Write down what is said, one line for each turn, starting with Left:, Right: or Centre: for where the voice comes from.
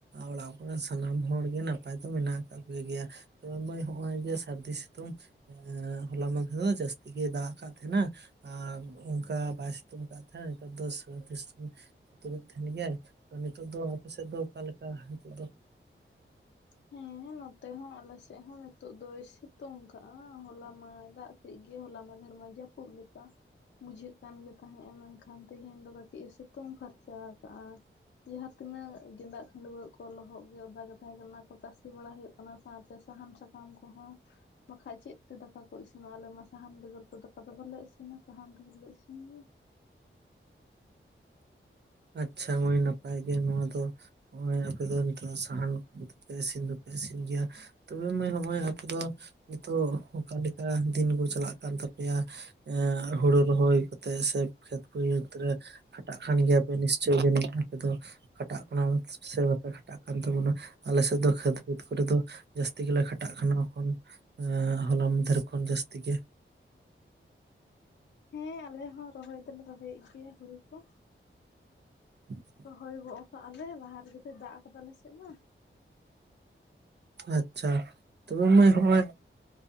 Right: ᱚᱲᱟᱜ ᱠᱚᱨᱮ ᱥᱟᱱᱟᱢ ᱦᱚᱲᱜᱮ ᱱᱟᱯᱟᱭ ᱫᱚ ᱢᱮᱱᱟᱜ ᱟᱠᱟᱫ ᱠᱚ ᱜᱮᱭᱟ᱾ ᱛᱚ ᱢᱟᱹᱭ ᱱᱚᱜᱼᱚᱭ ᱡᱮ ᱥᱟᱹᱨᱫᱤ ᱥᱤᱛᱩᱝ ᱮᱸᱻ ᱦᱚᱞᱟ ᱢᱟᱦᱫᱷᱮ ᱨᱮ ᱫᱚ ᱡᱟᱹᱥᱛᱤ ᱜᱮᱭ ᱫᱟᱜ ᱠᱟᱫ ᱛᱟᱦᱮᱸᱱᱟ, ᱟᱨ ᱚᱱᱠᱟ ᱵᱟᱭ ᱥᱤᱛᱩᱝ ᱠᱫ ᱛᱟᱦᱮᱸ ᱱᱮᱛᱟᱨ ᱫᱚ ᱥᱟᱹᱨᱫᱤ <inaudible> ᱦᱩᱛᱩᱢ ᱢᱮᱫ ᱛᱟᱸᱦᱮ ᱜᱮᱭᱟᱭ ᱛᱚ ᱱᱤᱛᱚᱜ ᱫᱚ ᱟᱯᱮ ᱥᱮᱫ ᱫᱚ ᱚᱠᱟ ᱞᱮᱠᱟ ᱱᱤᱛᱚᱜ ᱫᱚ?
Left: ᱦᱮᱸ ᱱᱚᱛᱮ ᱦᱚᱸ ᱟᱞᱮᱥᱮᱫ ᱦᱚᱸ ᱱᱤᱛᱚᱜ ᱫᱚᱭ ᱥᱤᱛᱩᱝ ᱠᱟᱜᱼᱟ ᱦᱚᱞᱟ ᱢᱟᱟᱭ ᱫᱟᱜ ᱠᱮᱫᱡ ᱜᱮ ᱜᱮᱭᱟᱭ ᱦᱮᱸ ᱦᱚᱞᱟ ᱢᱟᱫᱚᱨᱢᱟ ᱡᱟᱹᱯᱩᱫ ᱞᱮᱠᱟ ᱵᱩᱡᱷᱟᱹᱜ ᱠᱟᱱ ᱜᱮ ᱛᱟᱦᱮᱸᱫᱼᱟ ᱢᱮᱱᱠᱷᱟᱱ ᱛᱮᱦᱤᱧ ᱫᱚ ᱠᱟᱹᱴᱤᱡ ᱮ ᱥᱤᱛᱩᱝ ᱯᱷᱟᱨᱪᱟ ᱟᱠᱟᱫᱼᱟ᱾ ᱡᱟᱦᱟᱸ ᱛᱤᱱᱟᱹᱜ ᱜᱮᱸᱫᱟᱜ ᱠᱷᱟᱸᱰᱣᱟᱹᱜ ᱠᱚ ᱞᱚᱦᱚᱫ ᱜᱮ ᱳᱫᱟ ᱜᱮ ᱛᱟᱦᱮᱸ ᱠᱟᱱᱟ ᱚᱱᱟ ᱛᱟᱥᱮ ᱵᱟᱲᱟ ᱦᱩᱭᱩᱜ ᱠᱟᱱᱟ ᱥᱟᱶᱛᱮ ᱥᱟᱦᱟᱱ ᱥᱟᱠᱟᱢ ᱠᱚᱦᱚᱸ ᱵᱟᱠᱷᱟᱡ ᱪᱮᱫ ᱛᱮ ᱫᱟᱠᱟ ᱠᱚ ᱤᱥᱤᱱ ᱟ ᱟᱞᱮ ᱢᱟ ᱥᱟᱦᱟᱱ ᱵᱮᱜᱚᱨ ᱫᱚ ᱫᱟᱠᱟ ᱫᱚ ᱵᱟᱞᱮ ᱤᱥᱤᱱᱟ ᱥᱟᱦᱟᱱ ᱛᱮᱜᱮᱞᱮ ᱤᱥᱤᱱ ᱜᱮᱭᱟ᱾
Right: ᱟᱪᱪᱷᱟ ᱢᱟᱹᱭ ᱱᱟᱯᱟᱭ ᱜᱮ ᱱᱚᱣᱟ ᱫᱚ ᱱᱚᱜ-ᱚᱭ ᱟᱯᱮ ᱫᱚ ᱱᱤᱛᱚᱜ ᱥᱟᱦᱟᱱ ᱠᱚ ᱛᱮ ᱤᱥᱤᱱ ᱫᱚᱯᱮ ᱤᱥᱤᱱ ᱜᱮᱭᱟ ᱛᱚᱵᱮ ᱢᱟ ᱦᱚᱸᱜᱼᱚᱭ ᱟᱯᱮ ᱫᱚ ᱱᱤᱛᱚᱜ ᱚᱠᱟᱮᱠᱟ ᱫᱤᱱ ᱠᱚ ᱪᱟᱞᱟᱜ ᱠᱟᱱ ᱛᱟᱯᱮᱭᱟ? ᱮ ᱦᱩᱲᱳ ᱨᱚᱦᱚᱭ ᱠᱟᱛᱮᱜ ᱥᱮ ᱠᱷᱮᱛ ᱤᱭᱟᱹ ᱠᱟᱛᱮ ᱨᱮ ᱠᱷᱟᱴᱟᱜ ᱠᱟᱱ ᱜᱮᱭᱟ ᱯᱮ ᱱᱤᱥᱪᱳᱭ ᱜᱮ ᱟᱯᱮ ᱫᱚ ᱠᱷᱟᱴᱟᱜ ᱠᱟᱱᱟ ᱥᱮ ᱵᱟᱯᱮ ᱠᱷᱟᱴᱟᱜ ᱠᱟᱱ ᱛᱟᱵᱚᱱᱟ ᱟᱞᱮ ᱥᱮᱫ ᱫᱚ ᱠᱷᱮᱛ ᱠᱷᱮᱛ ᱠᱚᱨᱮ ᱫᱚ ᱡᱟᱹᱥᱛᱤ ᱜᱮᱞᱮ ᱠᱷᱟᱴᱟᱜ ᱠᱟᱱᱟ᱾ ᱮᱠᱷᱚᱱ ᱮᱸ ᱦᱚᱞᱟ ᱢᱟᱦᱫᱷᱮᱨ ᱠᱷᱚᱱ ᱡᱟᱹᱥᱛᱤ ᱜᱮ
Left: ᱦᱮᱸ ᱟᱞᱮ ᱦᱚᱸ ᱨᱚᱦᱚᱭ ᱫᱚᱞᱮ ᱨᱚᱦᱚᱭᱮᱫ ᱜᱮᱭᱟ ᱦᱩᱲᱩ ᱠᱚ᱾
Right: <unintelligible>
Left: ᱨᱚᱦᱚᱭ ᱜᱚᱜ ᱠᱟᱜᱞᱮ ᱞᱟᱦᱟ ᱨᱮᱜᱮ ᱛᱚ ᱫᱟᱜ ᱠᱟᱫᱟ ᱟᱞᱮ ᱥᱮᱫ ᱢᱟ᱾
Right: ᱟᱪᱪᱷᱟ ᱛᱚᱵᱮ ᱢᱟᱹᱭ ᱚᱸᱚᱭ